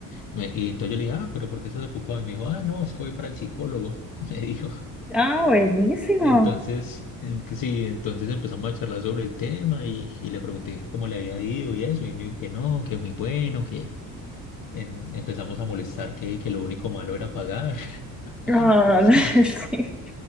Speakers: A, on the left; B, in the centre.
A: Me- y entonces yo le dije, ah, pero ¿por qué estás ocupado? Y me dijo, ah, no, es que voy para el psicólogo, <laughs> me dijo.
B: Ah, buenísimo.
A: Entonces, en- pues sí, entonces empezamos a charlar sobre el tema y, y le pregunté que cómo le había ido y eso, y él me dijo que no, que muy bueno, que en- empezamos a molestar que, que lo único malo era pagar. <laughs>
B: Ah, <laughs> sí.